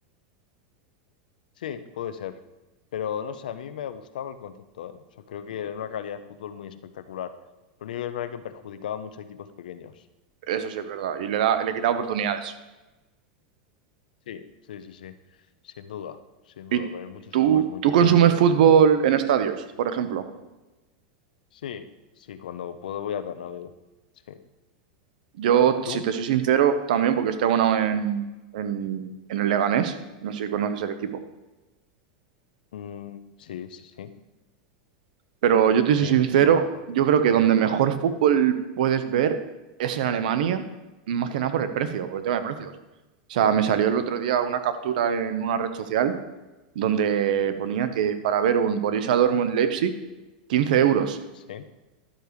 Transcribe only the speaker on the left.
Sí, puede ser. Pero no sé, a mí me gustaba el concepto, ¿eh? O sea, creo que era una calidad de fútbol muy espectacular. Lo único que es verdad que perjudicaba mucho a equipos pequeños.
Sí, sí, sí, sí. Sin duda, sin
duda. Pero hay muchos
clubes muy
pequeños.
Sí, sí, cuando puedo voy al Bernabéu. Sí.
¿Tú?
Mm, sí, sí, sí.
Sí,
lo conozco.
Sí.